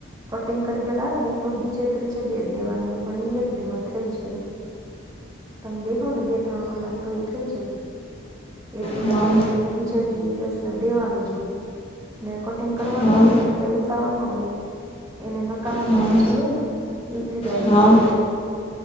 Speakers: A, on the right; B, on the left.
A: કટિંગ કરી ગલાવે ને તો બીચે ત્રીજે દ દેવાનું હોય પણ એ એક ધીમા થઈ જાય એમ તમે બેહો ને બે ત્રણ કલાક તો એ થઈ જાય એક દિવસમાં
B: હં
A: એટલે એને બીજા દિવસ દેવાનું જ હોય ને કટિંગ કરવાનું
B: હં
A: હોય ને એ કઈ ઉતાવર ન હોય એને નકામાં
B: હં
A: પીસ જે હોય ને ઈ ભેગા એને
B: હં
A: કર્યા હોય